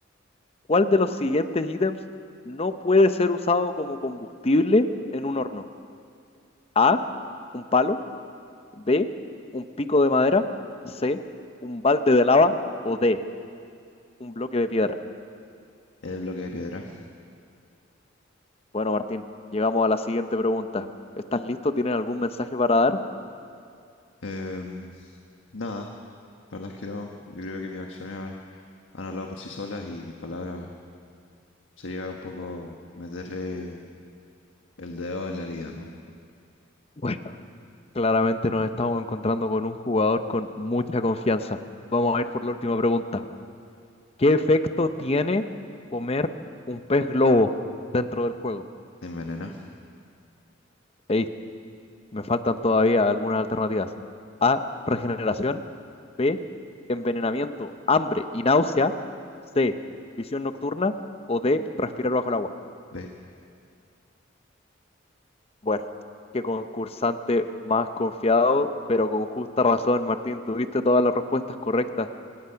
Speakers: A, on the left; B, on the left.
A: ¿Cuál de los siguientes ítems no puede ser usado como combustible en un horno? A, un palo. B, un pico de madera. C, un balde de lava. O D, un bloque de piedra.
B: El bloque de piedra.
A: Bueno, Martín, llegamos a la siguiente pregunta. ¿Estás listo? ¿Tienes algún mensaje para dar?
B: Em, nada, la verdad es que no. Yo creo que mis acciones han, han hablado por sí solas y mis palabras sería un poco meterle el dedo en la herida, ¿no?
A: Bueno, Claramente nos estamos encontrando con un jugador con mucha confianza. Vamos a ir por la última pregunta. ¿Qué efecto tiene comer un pez globo dentro del juego?
B: Te envenena.
A: Ey, me faltan todavía algunas alternativas. A, regeneración. B, envenenamiento, hambre y náusea. C, visión nocturna. O D, respirar bajo el agua.
B: Ve.
A: Bueno, qué concursante más confiado, pero con justa razón, Martín, tuviste todas las respuestas correctas.